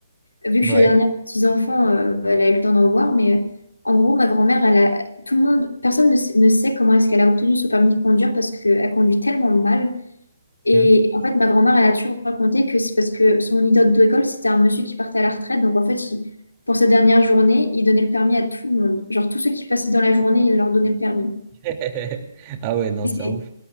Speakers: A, on the left (about 85°); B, on the right (about 30°).
A: vu que
B: ouais.
A: je suis la dernière des petits-enfants, euh, elle a eu le temps d'en voir, mais euh, en gros, ma grand-mère, elle a, tout le monde, personne ne, sait ne sait comment est-ce qu'elle a obtenu son permis de conduire parce qu'elle conduit tellement mal et
B: Mmh.
A: en fait, ma grand-mère, elle a toujours raconté que c'est parce que son idole d'école, c'était un monsieur qui partait à la retraite. Donc, en fait, il- pour sa dernière journée, il donnait le permis à tout le monde. Genre, tous ceux qui passaient dans la journée, il leur donnait le permis.
B: <laughs> Ah ouais, non,
A: Et
B: c'est
A: c'est
B: un ouf.